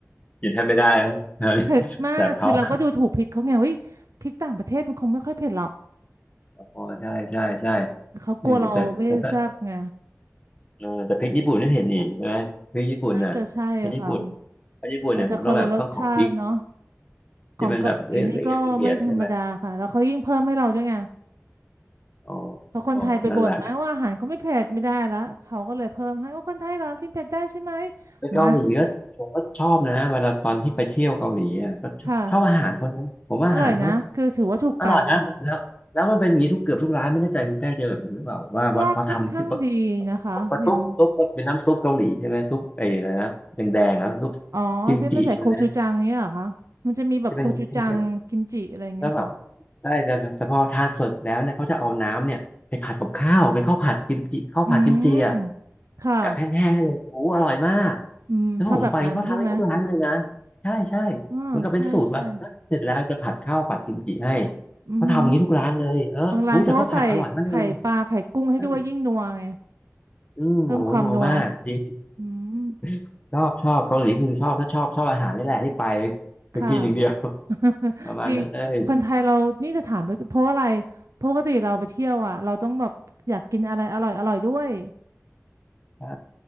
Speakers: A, on the left; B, on the right.
A: กินแทบไม่ได้นะ <laughs>
B: เผ็ดมากคือเราก็ดูถูกพริกเขาไงเฮ้ยพริกต่างประเทศมันคงไม่ค่อยเผ็ดหรอก
A: แสบท้อง อ๋อใช่ใช่ใช่
B: เขากลัวเราไม่แซ่บไง
A: แต่แต่แต่แต่เออแต่พริกญี่ปุ่นนี่เห็นอีกใช่ไหมพริกญี่ปุ่นน่ะพริกญี่ปุ่น
B: น่าจะใช่ค่ะ
A: พริกญี่ปุ่นเนี่ยผมต้องแบบต้องขอพริก
B: อาจจะคนละรสชาติเนาะ
A: ที่มันแบบละเอียดละเอียดใช่ไหม
B: ของเกาหลีนี่ก็ไม่ธรรมดาค่ะแล้วเขายิ่งเพิ่มให้เราด้วยไง
A: อ๋อ
B: เพราะคนไทยไปบ่นไหมว่าอาหารเขาไม่เผ็ดไม่ได้ละเขาก็เลยเพิ่มให้ว่าคนไทยเหรอกินเผ็ดได้ใช่ไหม
A: อ๋อนั่นแหละแล้วเกาหลีก็ผมก็ชอบนะเวลาตอนที่ไปเที่ยวเกาหลีอ่ะก็ชอบชอบอาหารเขานะผมว่าอาหารเขา
B: มาค่ะอร่อยนะคือถือว่าถูกปากอยู่
A: อร่อยนะมันแล้วแล้วมันเป็นอย่างนี้ทุกเกือบทุกร้านไม่แน่ใจคุณแป้งเจอแบบนี้หรือเปล่าแบบว่าว่าพอทำที่ปะ
B: ก็ค่อนข้างดีนะคะอย่าง
A: ปะซุปซุปเป็นน้ำซุปเกาหลีใช่ไหมซุปไอ้อะไรนะแดงๆนะซุป
B: อ๋อใช่ไหมใส่โคชูจังเนี่ยเหรอคะมันจะมีแบบโคชูจังกิมจิอะไรอย่างเงี้ยค่ะ
A: กิมจิใช่ไหมจะเป็นเค็ม แล้วแบบใช่แต่แต่พอทานเสร็จแล้วเนี่ยเขาจะเอาน้ำเนี่ยไปผัดกับข้าวเป็นข้าวผัดกิมจิข้าวผัดกิมจิอ่ะ
B: อืมค่ะ
A: แบบแห้งๆให้เลยโอ้โหอร่อยมาก
B: อืมชอบแบบนั้นใช่ไหม
A: แล้วผมไปก็ทำให้ทุกร้านเลยนะใช่ใช่เหมือนกับเป็นสูตรมาก็เสร็จแล้วจะผัดข้าวผัดกิมจิให้
B: อ๋อใช่ใช่อือหือ
A: เขาทำอย่างนี้ทุกร้านเลยเออรู้แต่เขาผัดอร่อยมากเลย
B: บางร้านเขาก็ใส่ไข่ปลาไข่กุ้งให้ด้วยยิ่งนัวไง
A: อืมอืมโอ้โหโนมากจริง
B: เพิ่มความนัวอืม
A: <laughs> ชอบชอบเกาหลีคือชอบถ้าชอบชอบอาหารนี่แหละที่ไปไปกินอย่างเดียว
B: ค่ะ <laughs>
A: <laughs> ประมาณนั้นเลย
B: จริงคนไทยเรานี่จะถามไปเพราะอะไรเพราะปกติเราไปเที่ยวอ่ะเราต้องแบบอยากกินอะไรอร่อยอร่อยด้วย
A: ใช่